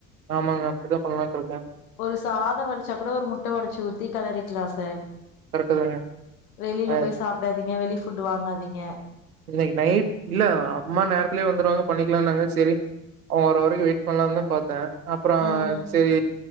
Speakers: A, on the right; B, on the left.
A: ஆமாங்க அப்டிதா பண்லாண் இருக்கே
B: ஒரு சாதோ வடிச்சா கூட ஒரு முட்ட ஒடச்சு ஊத்தி கெலறிக்கலா சார்
A: கரெக்ட்டு தாங்க.
B: வெளில
A: அ
B: போய் சாப்டாதீங்க வெளி ஃப் ஃபுட் வாங்காதீங்க
A: இன்னைக் நைட் இல்ல அம்மா நேரத்துலயே வந்துருவாங்க பண்ணிக்கலான்னாங்க செரி அவங்க வற்ர வரைக்கு வெயிட் பண்ணலானு தா பாத்த அப்றோ
B: ம்
A: சரி